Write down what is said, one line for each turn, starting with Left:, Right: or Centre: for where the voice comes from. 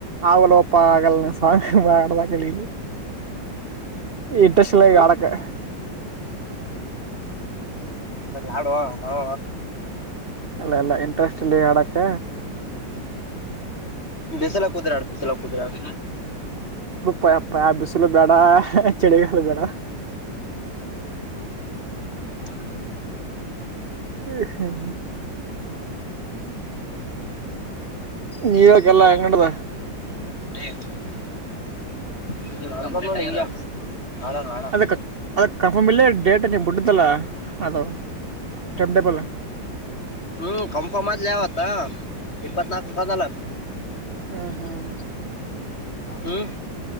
Right: ಆಗಲಪ್ಪ ಆಗಲ್ಲ ಹ ಮಾಡ್ದ ಕಲಿ ಇಟ್ಟ ಚಿಲ್ಲ
Left: ಹ್ಮ್
Right: ಕಡಕ್ಕೆ
Left: ಹಾಡುವಾ ಮಾಡ
Right: ಅಲ್ಲ ಎಲ್ಲ ಇಂಟ್ರೆಸ್ಟ್ ಇಲ್ಲಿ ಹಡಕ್ಕ
Left: ಬಿಸಲ ಕುುದ್ರಾಡ್ ಬಿಸಲ ಕುುದ್ರಾಡ್
Right: ಪಪ್ಪ ಬಿಸಲು ಬೇಡ ಚಿಳಿಗಾಲ ಬೇಡ
Left: <inaudible>
Right: ಹ್ಮ ಹ್ಮ್ ಹ್ಮ ನೀರಕಲ್ಲಾ ಅಂಗಡದ
Left: <inaudible> ಆಡೋಣ
Right: ಅದ ಅದ ಕನ್ಫರ್ಮ್ ಇಲ್ಲೇ ಡೇಟ್ ನೀಡ್ಡ್ದಲ್ಲ ಅದು ಟಂಟಬಲ್
Left: ಹ್ಮ್ ಕಂಫರ್ಮ್ ಆದ್ಲಾವತ್ತಾ ಪತ್ನಾಕ ಕಲ್ಲ
Right: ಹ್ಮ್ ಹ್ಮ್
Left: ಹ್ಮ್